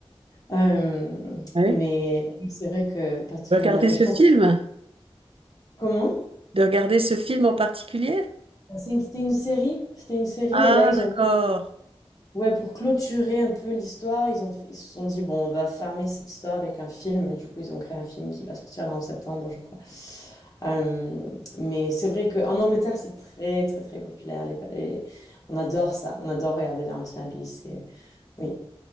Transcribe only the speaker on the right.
Ah
Oui.
De Regarder
ce
film?
De regarder ce film en particulier?
Ah
d'accord.